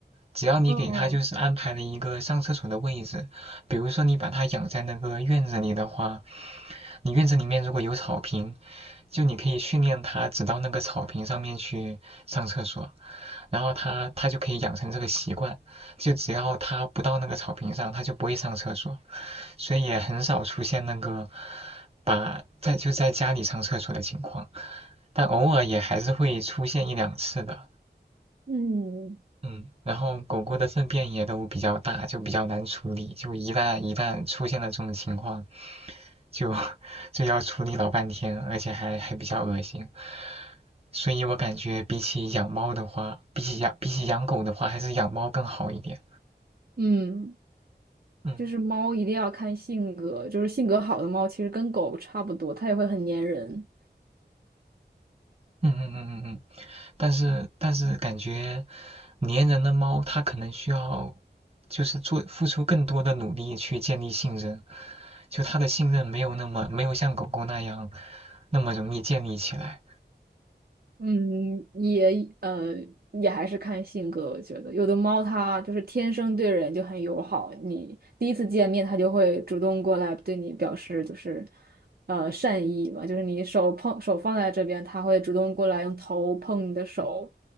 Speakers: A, on the right (about 35°); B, on the right (about 60°).
A: 只要你给它就是安排了一个上厕所的位置，
B: 嗯
A: 比如说你把它养在那个院子里的话，你院子里面如果有草坪，就你可以训练它只到那个草坪上面去上厕所，然后它它就可以养成这个习惯，就只要它不到那个草坪上，它就不会上厕所。所以也很少出现那个把在就在家里上厕所的情况，但偶尔也还是会出现一两次的。
B: 嗯
A: 嗯，然后狗狗的粪便也都比较大，就比较难处理，就一旦一旦出现了这种情况，就就要处理老半天，而且还还比较恶心。所以我感觉比起养猫的话，比起养比起养狗的话，还是养猫更好一点。
B: 嗯，
A: 嗯
B: 就是猫一定要看性格，就是性格好的猫其实跟狗差不多，它也会很粘人。
A: 嗯嗯嗯嗯嗯。嗯嗯嗯但是但是感觉粘人的猫它可能需要就是做付出更多的努力去建立信任，就它的信任没有那么没有像狗狗那样那么容易建立起来。
B: 嗯，也呃，也还是看性格。我觉得有的猫它就是天生对人就很友好，你第一次见面它就会主动过来对你表示就是呃善意嘛，就是你手碰手放在这边，它会主动过来用头碰你的手，